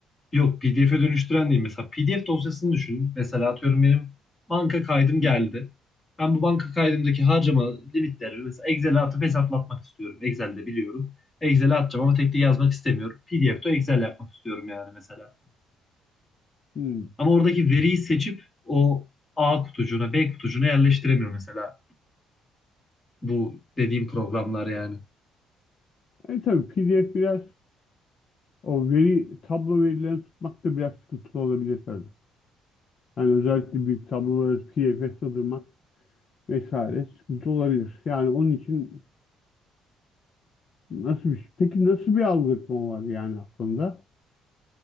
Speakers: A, on the left (about 20°); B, on the left (about 45°).
A: Yok PDF'e dönüştüren değil. Mesela PDF dosyasını düşünün. Mesela atıyorum benim banka kaydım geldi.
B: Hı hı.
A: Ben bu banka kaydımdaki harcama limitlerimi mesela Excel'e atıp hesaplatmak istiyorum. Excel'de biliyorum. Excel'e atacağım ama tek tek yazmak istemiyorum. PDF'de Excel yapmak istiyorum yani mesela.
B: Hmm.
A: Ama oradaki veriyi seçip o A kutucuğuna, B kutucuğuna yerleştiremiyor mesela bu dediğim programlar yani.
B: E tabii PDF biraz o veri tablo verilerini tutmak da biraz sıkıntılı olabilir tabii. Yani özellikle büyük tabloları PDF'e sığdırmak vesaire sıkıntı olabilir. Yani onun için nasıl bir şey? Peki nasıl bir algoritma var yani aklında?